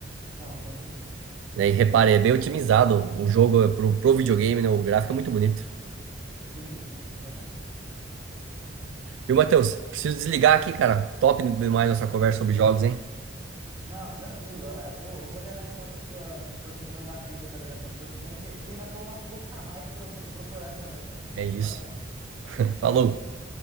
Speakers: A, on the right; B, on the right.
A: São, são bons mesmo.
B: né? E repare, é bem otimizado o jogo pro, pro videogame, né? O gráfico é muito bonito.
A: Sim, sim, exatamente.
B: Viu, Matheus? Preciso desligar aqui, cara. Top demais nossa conversa sobre jogos, hein?
A: Não, tranquilo. eh, Vou, vou levar em conta a sua, suas recomendações aí para The Last of Us também. Você ainda foi uma força a mais para eu pro- procurar jogar, cara.
B: É isso.
A: Foi bacana.
B: <laughs> Falou,